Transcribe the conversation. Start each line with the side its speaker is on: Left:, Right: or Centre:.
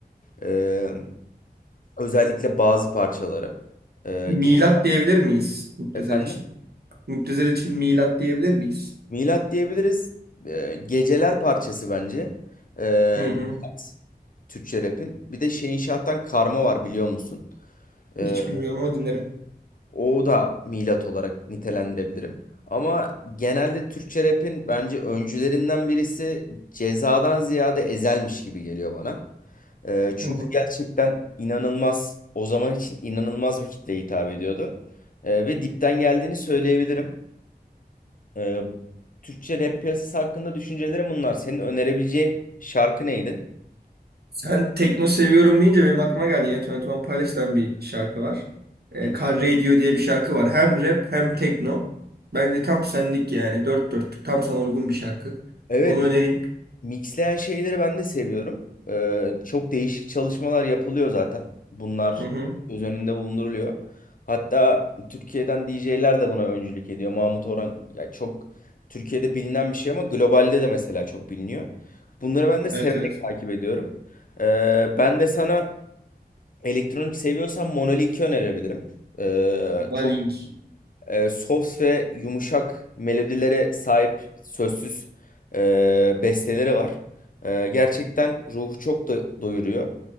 Left: Ee, özellikle bazı parçaları. Ee,
Right: Milat
Left: gece...
Right: diyebilir miyiz Müptezel
Left: Efendim?
Right: için? Müptezel için milat diyebilir miyiz?
Left: Milat diyebiliriz. Ee, geceler parçası bence. Ee,
Right: Hı hı.
Left: Milat, Türkçe rap'in. Bir de Şehinşah'tan Karma var biliyor musun? Ee,
Right: Hiç bilmiyorum ama dinlerim.
Left: o da Milat olarak nitelendirebilirim. Ama genelde Türkçe rap'in bence öncülerinden birisi Ceza'dan ziyade ezelmiş gibi geliyor bana. Ee, çünkü
Right: Hı hı.
Left: gerçekten inanılmaz o zaman için inanılmaz bir kitleye hitap ediyordu. Ee, ve dipten geldiğini söyleyebilirim. Ee, Türkçe rap piyasası hakkında düşüncelerim bunlar. Senin önerebileceğin şarkı neydi?
Right: Sen tekno seviyorum deyince benim aklıma geldi. Yine yirmi One Pilots'tan bir şarkı var. E,
Left: Hı.
Right: Car Radio diye bir şarkı var. Hem rap hem tekno. Bence tam senlik yani. Dört dörtlük tam sana uygun bir şarkı.
Left: Evet,
Right: Onu önereyim.
Left: Mixleyen şeyleri ben de seviyorum. Ee, çok değişik çalışmalar yapılıyor zaten. Bunlar
Right: Hı hı.
Left: göz önünde bulunduruluyor. Hatta Türkiye'den DJ'ler de buna öncülük ediyor. Mahmut Orhan ya çok Türkiye'de bilinen bir şey ama globalde de mesela çok biliniyor. Bunları ben de severek
Right: Evet evet.
Left: takip ediyorum. Ee, ben de sana elektronik seviyorsan Monolink'i önerebilirim. Ee,
Right: Buna
Left: çok
Right: link.
Left: e, soft ve yumuşak melodilere sahip sözsüz e, besteleri var. E, gerçekten ruhu çok da doyuruyor.